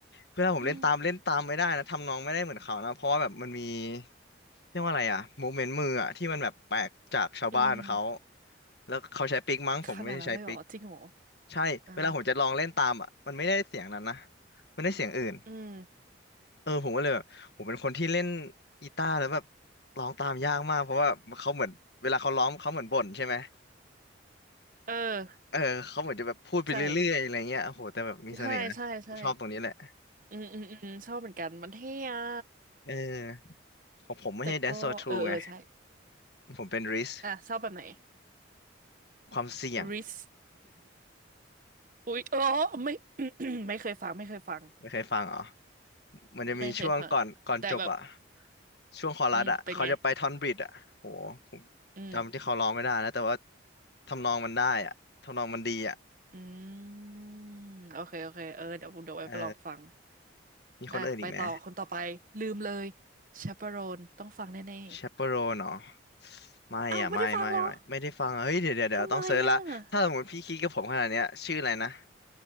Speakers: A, on the left; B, on the right.
A: เวลาผมเล่นตามเล่นตามไม่ได้นะทำนองไม่ได้เหมือนเขานะเพราะว่าแบบมันมี
B: อืม
A: เรียกว่าอะไรอะโมเมนต์มืออะที่มันแบบแปลกจากชาวบ้านเขา
B: อืม
A: แล้วเขาใช้ปิกมั้งผมไม่ได้ใช้ปิก
B: ขนาดนั้นเลยเหรอจริงเหรอ
A: ใช่เวลาผมจะลองเล่นตามอะมันไม่ได้เสียงนั้นนะ
B: อ่า
A: มันได้เสียงอื่น
B: อืม
A: เออผมก็เลยแบบผมเป็นคนที่เล่นกีตาร์แล้วแบบร้องตามยากมากเพราะว่าเขาเหมือนเวลาเขาร้องเขาเหมือนบ่นใช่ไหม
B: เออ
A: เออเขาเหมือนจะแบบพูดไปเรื่อยๆอะไรเงี้ยโอ้โหแต่แบบมีเสน่ห์นะผมชอบตรงนี้แหละ
B: ใช่ใช่ใช่ใช่อืมอืมอืมชอบเหมือนกันมันเท่อะ
A: เออของผมไม่ใช่
B: แต่ก็เออเออใช่
A: Dance So True ไงผมเป็น Risk
B: อ่ะชอบแบบไหน
A: ความเสี่ยง
B: ริส
A: <laughs>
B: อุ๊ยเออไม่ <coughs> ไม่เคยฟังไม่เคยฟัง
A: ไม่เคยฟังเหรอมันจะมีช่วงก่อนก่อนจบอะ
B: ไม่เคยฟังแต่แบบ
A: ช่วงคอรัสอะเขาจะไปท่อนบริดอะโหผม
B: อืมเป็นไงอืม
A: จำที่เขาร้องไม่ได้แล้วแต่ว่าทำนองมันได้อะทำนองมันดีอะ
B: อืมโอเคโอเคเออเดี๋ยวเดี๋ยวไว้ไปลองฟัง
A: เออมีคนอื่นอีกไหม
B: อ่ะไปต่อคนต่อไปลืมเลยชาปโรนต้องฟังแน่
A: Chaperone เนาะไม่อ่ะไม่ไม่ไม่ไม่ได้ฟังอะเฮ้ยเดี๋ยวเดี๋ยวเดี๋ยวต้องเซิร์ชละถ้าสมมติพี่คิดกับผมขนาดเนี้ยชื่ออะไรนะ
B: ๆอ้าวไม่ได้ฟังเหรอทำไมอ่ะ